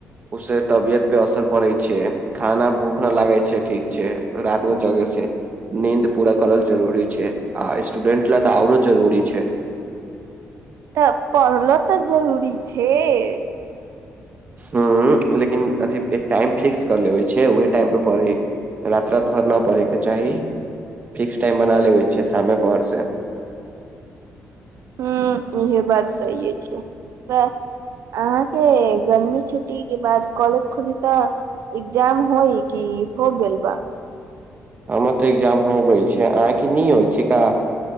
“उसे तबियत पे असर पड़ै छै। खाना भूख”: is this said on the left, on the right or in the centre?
Right